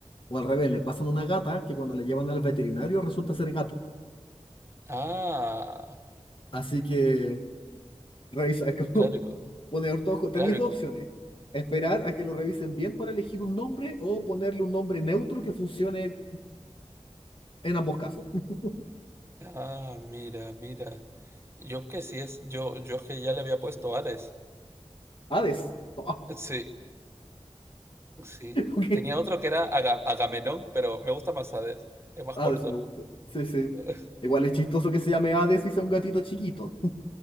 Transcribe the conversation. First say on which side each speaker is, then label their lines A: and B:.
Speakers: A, on the left; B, on the right.
A: O al revés, le pasan una gata que cuando la llevan al veterinario resulta ser gato.
B: Ah,
A: Así que revisa, <laughs> como
B: claro, y co-
A: poner todo, tenéis
B: claro.
A: dos
B: y co-
A: opciones. Esperar a que lo revisen bien para elegir un nombre o ponerle un nombre neutro que funcione en ambos casos. <laughs>
B: Ah, mira, mira. Yo que sí es, yo, yo que ya le había puesto Hades.
A: Hades. Ah,
B: Sí, sí.
A: ok.
B: Tenía otro que era Aga- Agamenón, pero me gusta más Hades. Es más
A: Hades
B: corto.
A: me gusta. Sí, sí.
B: <laughs>
A: Igual es chistoso que se llame Hades y sea un gatito chiquito.